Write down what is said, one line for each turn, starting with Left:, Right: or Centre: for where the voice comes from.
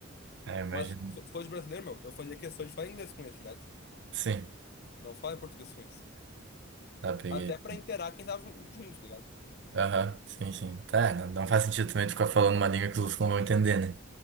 Right: É, imagino.
Left: Mas se se fosse brasileiro, meu, eu fazia questão de falar inglês com eles, tá ligado?
Right: Sim,
Left: Não falar em português com eles.
Right: tá, peguei.
Left: Até pra inteirar quem tava jun- junto, tá ligado?
Right: Aham, sim, sim. Tá, não, não faz sentido também tu ficar falando uma língua que os outros não vão entender, né?